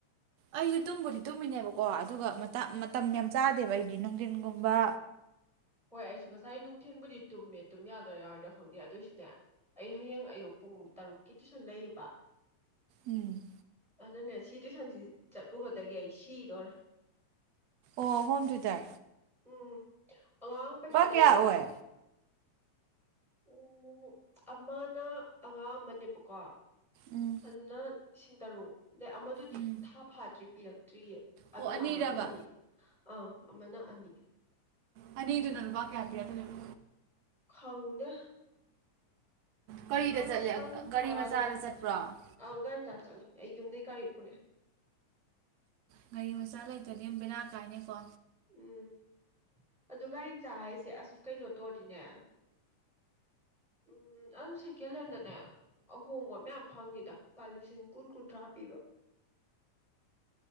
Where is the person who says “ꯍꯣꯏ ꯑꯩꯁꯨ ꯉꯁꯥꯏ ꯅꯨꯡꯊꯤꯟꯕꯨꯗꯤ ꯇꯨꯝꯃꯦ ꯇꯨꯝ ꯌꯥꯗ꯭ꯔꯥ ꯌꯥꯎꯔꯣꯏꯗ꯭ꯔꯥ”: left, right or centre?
Centre